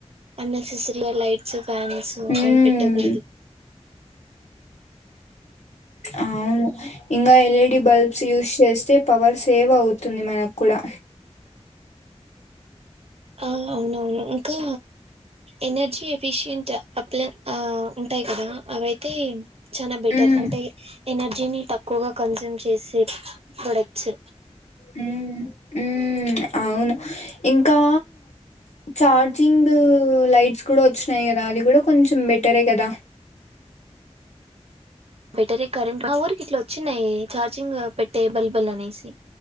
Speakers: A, on the right; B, on the left.
A: అన్ నెస్సెసరీ లైట్స్ ఫ్యాన్స్
B: మ్మ్
A: అని పెట్టకూడదు
B: అవును ఇంకా ఎల్ఈడి బల్బ్స్ యూజ్ చేస్తే పవర్ సేవ్ అవుతుంది మనకు కూడా
A: ఆ అవునవును ఇంకా ఎనర్జీ ఎఫిషియంట్ అప్ల ఆ ఉంటాయి కదా అవైతే చానా బెటర్
B: మ్మ్
A: అంటే ఎనర్జీని తక్కువగా కన్జూమ్ చేసే ప్రొడక్ట్స్
B: హ్మ్ హ్మ్ అవును ఇంకా చార్జింగ్ లైట్స్ కూడా వచ్చినయి గదా అది కూడా కొంచెం బెటరే గదా
A: బెటరే కరెంట్ మా ఊరు ఇట్లా వచ్చినాయి చార్జింగ్ పెట్టే బల్బుల్ అనేసి